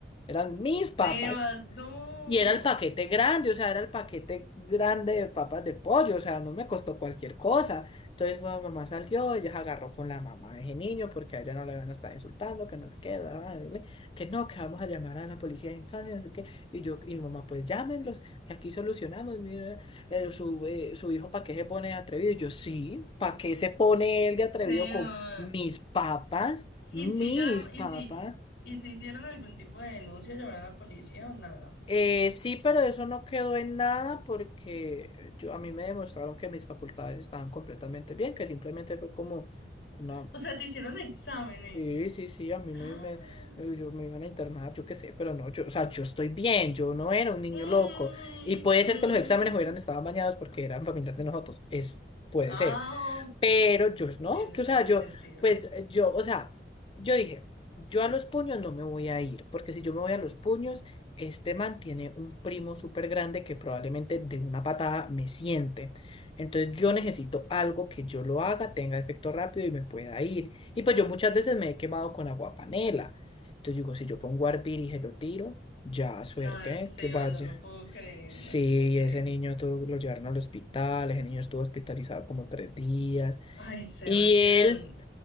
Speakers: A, on the left; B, on the left.
A: eran mis papas,
B: Sebas, no.
A: y era el paquete grande, o sea, era el paquete grande de papas de pollo, o sea, no me costó cualquier cosa. Entonces, bueno, mamá salió, ella se agarró con la mamá de ese niño porque a ella no le van a estar insultando, que no sé qué, bla, bla, bla, bla, que no, que vamos a llamar a la policía de infancia, no sé qué. Y yo, y mi mamá, pues llámenlos, que aquí solucionamos, mira, eh, su, eh, su hijo, ¿para qué se pone de atrevido? Y yo, sí, ¿para qué se pone él de atrevido
B: Sebas.
A: con mis papas?
B: ¿Y
A: Mis
B: si ya,
A: papas.
B: y si, y si hicieron algún tipo de denuncia, llamaron a la policía o nada?
A: Eh, sí, pero eso no quedó en nada porque yo, a mí me demostraron que mis facultades estaban completamente bien, que simplemente fue como una...
B: O sea, te hicieron exámenes.
A: Sí, sí, sí, a mí me,
B: ¡Ah!
A: me, eh, yo me iban a internar, yo qué sé, pero no, yo, o sea, yo estoy bien, yo no era un niño
B: Mm,
A: loco. Y puede ser
B: mm.
A: que los exámenes hubieran estado bañados porque eran familiares de nosotros, es, puede
B: Ah,
A: ser. Pero yo no,
B: tiene
A: yo,
B: todo
A: o sea,
B: el
A: yo,
B: sentido.
A: pues eh, yo, o sea, yo dije, yo a los puños no me voy a ir, porque si yo me voy a los puños, este man tiene un primo súper grande que probablemente de una patada me siente. Entonces
B: Sí.
A: yo necesito algo que yo lo haga, tenga efecto rápido y me pueda ir. Y pues yo muchas veces me he quemado con agua panela. Entonces digo, si yo pongo a hervir y se lo tiro, ya, suerte,
B: No, ay, Seba,
A: ¿eh? que vaya.
B: no lo puedo creer,
A: Sí,
B: no lo puedo creer.
A: ese niño tuvo, lo llevaron al hospital, ese niño estuvo hospitalizado como tres días.
B: Ay, Sebastián.
A: Y él,